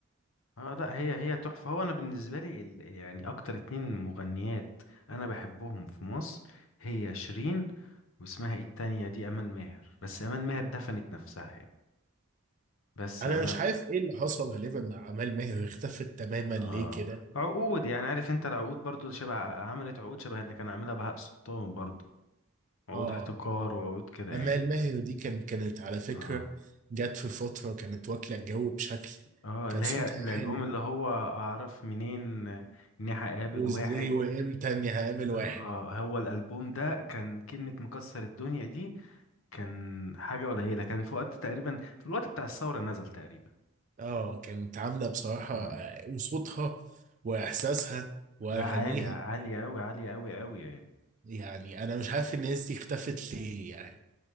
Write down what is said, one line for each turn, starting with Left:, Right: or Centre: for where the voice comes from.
Left: اه آه، لا هي هي تحفة هو أنا بالنسبة لي ال... يعني أكتر اتنين مغنيات أنا بحبهم في مصر هي شيرين واسمها ايه التانية دي أمال ماهر بس أمال ماهر دفنت نفسها يعني بس
Right: انا
Left: أنا
Right: مش عارف ايه اللي حصل غالبا مع امال ماهر اختفت تماما ليه
Left: اه
Right: كده
Left: عقود يعني عارف انت العقود برضو شبه عملت عقود شبه اللي كان عاملها بهاء سلطان برضو عقود
Right: اه
Left: احتكار وعقود كده يعني
Right: امال ماهر دي كان كانت على فكره
Left: اه
Right: جت في فتره كانت واكله الجو بشكل
Left: اه
Right: كان
Left: اللي
Right: صوتها
Left: هي الالبوم
Right: حلو
Left: اللي هو اعرف منين اني هقابل
Right: وازاي
Left: واحد
Right: وامتى اني هقابل
Left: اه
Right: واحد
Left: آه، هو الالبوم ده كان كلمة مكسر الدنيا دي كان حاجة قليلة كان في وقت تقريبا في الوقت بتاع الثورة نزل تقريبا
Right: اه كانت عامله بصراحه
Left: اه
Right: آه، وصوتها واحساسها واغانيها
Left: لا عالي عالية قوي عالية قوي قوي يعني
Right: يعني انا مش عارف الناس دي اختفت ليه يعني